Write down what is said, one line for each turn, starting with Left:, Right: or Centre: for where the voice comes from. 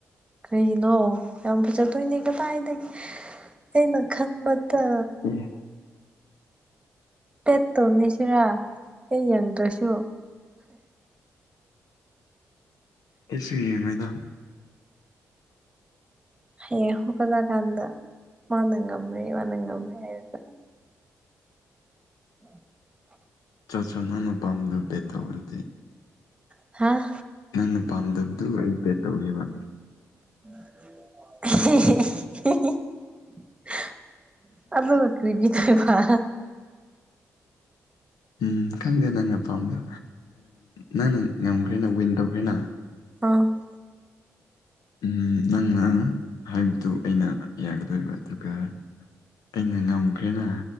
Right: ꯀꯔꯤꯒꯤꯅꯣ ꯌꯥꯝ ꯐꯖꯗꯣꯏꯅꯦ ꯀꯗꯥꯏꯗꯒꯤ ꯑꯩꯅ ꯈꯟꯕ <unintelligible>
Left: ꯑꯦ
Right: ꯕꯦꯠ ꯇꯧꯅꯁꯤꯔ ꯑꯩ ꯌꯦꯡꯗ꯭ꯔꯁꯨ
Left: ꯑꯩꯁꯨ ꯌꯦꯡꯉꯣꯏꯗ
Right: ꯍꯌꯦꯡ ꯍꯧꯒꯂꯥꯀꯥꯟꯗ ꯃꯥꯅ ꯉꯝꯃꯦ ꯃꯥꯅ ꯉꯝꯃꯦ ꯍꯥꯏꯔꯒ <unintelligible>
Left: ꯆꯣ ꯆꯣ ꯅꯪꯅ ꯄꯥꯝꯗꯕꯗꯣ ꯕꯦꯠ ꯇꯧꯔꯣ ꯑꯗꯨꯗꯤ
Right: ꯍꯥꯥ
Left: ꯅꯪꯅ ꯄꯥꯝꯗꯕꯗꯨ ꯑꯩ ꯕꯦꯠ ꯇꯧꯒꯦꯕ
Right: <unintelligible> ꯑꯗꯨ ꯀꯔꯤꯒꯤ <unintelligible>
Left: ꯎꯝ ꯈꯪꯗꯦ ꯅꯪꯅ ꯄꯥꯝꯕꯗꯣ ꯅꯪꯅ ꯉꯝꯈ꯭ꯔꯦꯅ ꯋꯤꯟ ꯇꯧꯈ꯭ꯔꯦꯅ
Right: <unintelligible>
Left: ꯎꯝ ꯅꯪꯅ ꯍꯥꯏꯕꯗꯨ ꯑꯩꯅ ꯌꯥꯒꯗꯣꯏꯕ ꯑꯗꯨꯒ ꯑꯩꯅ ꯉꯝꯈ꯭ꯔꯦꯅ